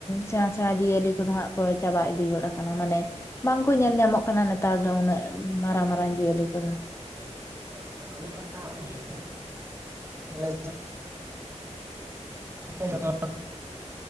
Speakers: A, on the left (about 20°); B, on the right (about 20°).
A: ᱥᱮᱬᱟ ᱥᱮᱬᱟ ᱡᱤᱭᱟᱹᱞᱤ ᱠᱚ ᱫᱚ ᱦᱟᱸᱜ ᱠᱚ ᱪᱟᱵᱟ ᱤᱫᱤ ᱜᱚᱫ ᱟᱠᱟᱱᱟ ᱢᱟᱱᱮ ᱵᱟᱝ ᱠᱚ ᱧᱮᱞ ᱧᱟᱢᱚᱜ ᱠᱟᱱᱟ ᱱᱮᱛᱟᱨ ᱫᱚ ᱩᱱᱟᱹᱜ ᱢᱟᱨᱟᱝ ᱢᱟᱨᱟᱝ ᱡᱤᱭᱟᱹᱞᱤ ᱠᱚ ᱫᱚ
B: <inaudible> <inaudible> <unintelligible> ᱞᱮᱭᱟ ᱡᱚᱛᱚ